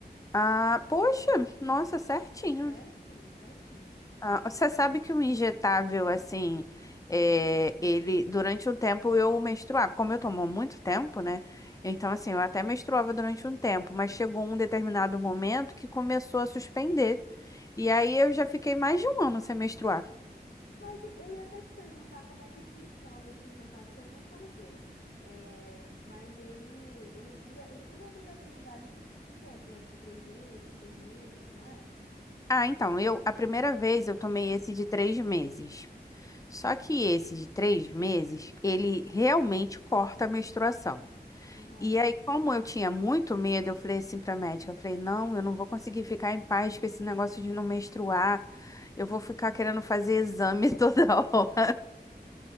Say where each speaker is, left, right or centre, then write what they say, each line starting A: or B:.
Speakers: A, on the left (about 20°); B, on the left (about 70°).
A: Ah, poxa, nossa, certinho.
B: Certinho, certinho.
A: Ah, você sabe que o injetável, assim, é, ele, durante um tempo eu menstruava, como eu tomo muito tempo, né? Então, assim, eu até menstruava durante um tempo, mas chegou um determinado momento que começou a suspender. E aí eu já fiquei mais de um ano sem menstruar.
B: Mas e- eu ia até te perguntar como é que funciona esse injetável que eu nunca usei. É, mas ele, ele dura, ele tem uma durabilidade de, de tempo, né? Tipo, três meses, seis meses, não é?
A: Ah, então, eu, a primeira vez eu tomei esse de três meses. Só que esse de três meses, ele realmente corta a menstruação.
B: Aham.
A: E aí, como eu tinha muito medo, eu falei assim pra médica, eu falei, não, eu não vou conseguir ficar em paz com esse negócio de não menstruar. Eu vou ficar querendo fazer exame <laughs> toda hora.